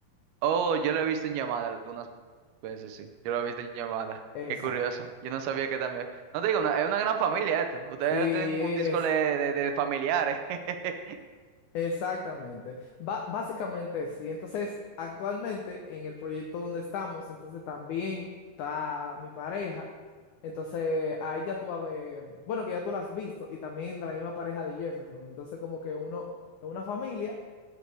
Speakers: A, on the right (about 80°); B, on the left (about 85°).
A: Oh, yo lo he visto en llamada algunas veces, sí. Yo lo he visto en llamada.
B: Exacto.
A: Qué curioso. Yo no sabía que también. No te digo, una- es una gran familia esto. Ustedes
B: Sí,
A: tienen un disco
B: es
A: de, de de familiares. <laughs>
B: exactamente. Ba- básicamente sí. Entonces, actualmente en el proyecto donde estamos, entonces también está mi pareja. Entonces, ahí ya tú vas a ver, bueno, que ya tú la has visto, y también de la misma pareja de Jefferson. Entonces, como que uno es una familia